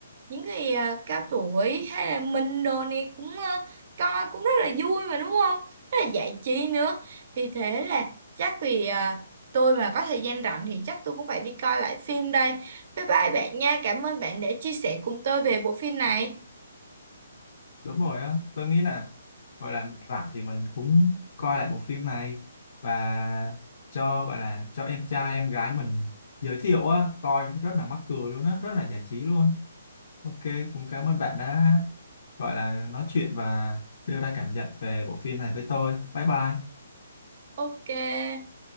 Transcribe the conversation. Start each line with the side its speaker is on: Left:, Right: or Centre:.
Right: những cái à, cao tuổi hay là mình đồ này cũng ờ, coi cũng rất là vui mà đúng không rất là giải trí nữa thì thế là chắc vì à, tôi mà có thời gian rảnh thì chắc tôi cũng phải đi coi lại phim đây bye bye bạn nha cảm ơn bạn đã chia sẻ cùng tôi về bộ phim này
Left: đúng rồi á tôi nghĩ là gọi là mình rảnh thì mình cũng coi lại bộ phim này và cho gọi là cho em trai em gái mình giới thiệu á coi rất là mắc cười luôn á rất là giải trí luôn ok cũng cảm ơn bạn đã gọi là nói chuyện và đưa ra cảm nhận về bộ phim này với tôi bye bye
Right: ok